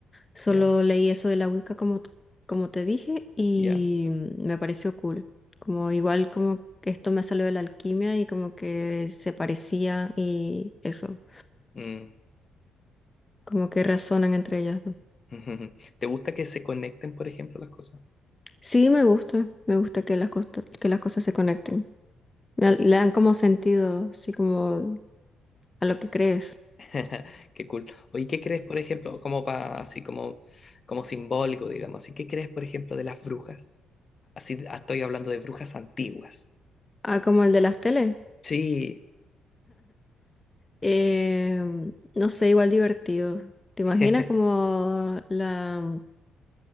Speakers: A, on the left (about 20°); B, on the left (about 35°).
A: Solo
B: Ya,
A: leí eso de la Wicca como, t- como te dije y
B: ya.
A: mm, me pareció cool, como igual como que esto me salió de la alquimia y como que se parecían y eso,
B: Mm.
A: como que razonan entre ellas dos.
B: <laughs> ¿Te gusta que se conecten, por ejemplo, las cosas?
A: Sí, me gusta, me gusta que las, costa- que las cosas se conecten. Le le dan como sentido, así como a lo que crees.
B: <laughs> Qué cool. Oye, ¿qué crees, por ejemplo, como pa- así como, como simbólico, digamos? así qué crees, por ejemplo, de las brujas? Así ah, estoy hablando de brujas antiguas.
A: Ah, como el de las teles.
B: Sí.
A: Eh, no sé, igual divertido. ¿Te imaginas
B: <laughs>
A: como la...